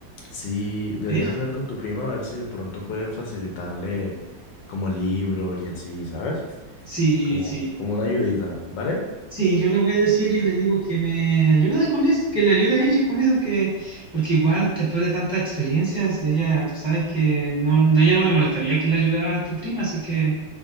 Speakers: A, on the left; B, in the centre.
A: Sí, deberías
B: ¿Eh?
A: hablar con tu prima a ver si de pronto puede facilitarle como libros y así, ¿sabes?
B: Sí,
A: Como,
B: sí.
A: como una ayudita, ¿vale?
B: Sí, yo le voy a decir y le digo que me ayude con eso, que le ayude a ella con eso, que porque igual después de tantas experiencias, ella, tú sabes que no, a ella no le molestaría que le ayudara a tu prima, así que